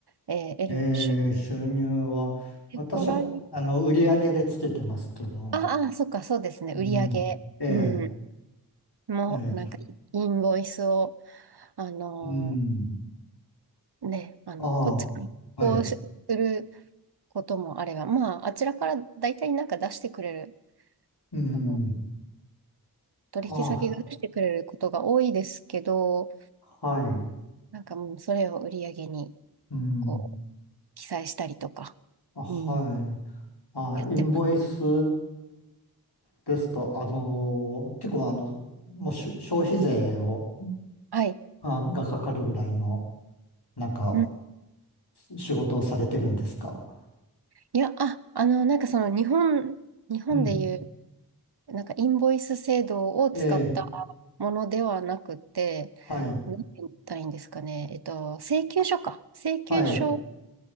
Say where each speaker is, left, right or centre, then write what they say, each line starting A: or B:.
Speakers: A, on the right; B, on the left.
A: えー、得る、
B: えー、
A: 出
B: 収入は、
A: 払
B: 私は、
A: い、
B: あの、売り上げでつけてますけど、
A: ああ、そっか、そうですね、売り上げ、
B: うん。
A: うん、
B: ええ
A: もう、
B: ええ
A: なんか、インボイスを、あの
B: うん。
A: ーね、あの、
B: ああ、
A: こっち、からこうする
B: はい。
A: こともあれば、まあ、あちらから大体なんか出してくれる、
B: うん。
A: あの、取引先が出してくれることが多いですけど、
B: ああ、はい。
A: なんかもうそれを売り上げに、
B: うん。
A: こう、記載したりとか、
B: あ、はい。
A: うん、
B: あ、
A: やってます。
B: インボイスですと、あの、結構、あの、もうし消費税を、
A: はい。
B: あ、がかかるぐらいの、なんか、
A: うん
B: 仕事をされてるんですか。
A: いや、あ、あの、なんかその日本、日本でいう、
B: うん。
A: なんかインボイス制度を使ったものではなくて、
B: ええはい。
A: なんて言ったらいいんですかね、えっと、請求書か。請求書
B: はい。